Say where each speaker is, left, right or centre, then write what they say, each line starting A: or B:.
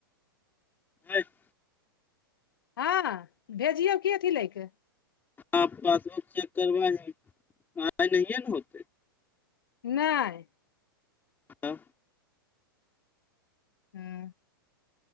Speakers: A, on the left (about 15°); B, on the left (about 70°).
A: आइ <inaudible>
B: हँ भेजियौ की अथी लै के।
A: ह पासबुक चेक करबाही, आइ त नहिए ने होते।
B: नहि।
A: हँ
B: हूँ।